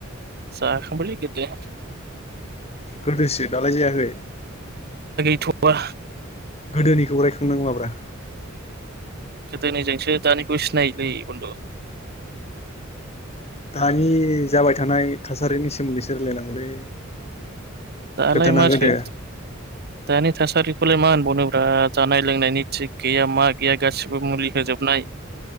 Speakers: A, on the right; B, on the left.
A: जाखांबायलै गोदो
B: गोदोसो दालाय जायाखै
A: थ'वा
B: गोदोनिखौ रायखांनांलाब्रा
A: गोदोनिजोंसो दानिखौ सिनायोलै बुन्दु
B: दानि जाबाय थानाय थासारिनि सोमोन्दैसो रायलायनांगौलै
A: दालाय
B: गोदोना
A: माथो
B: गोदो
A: दानि थासारि बेखौलाय मा होनबावनोब्रा जानाय लोंनायनि थिग गैया मा गैया गासिबो मुलि होजोबनाय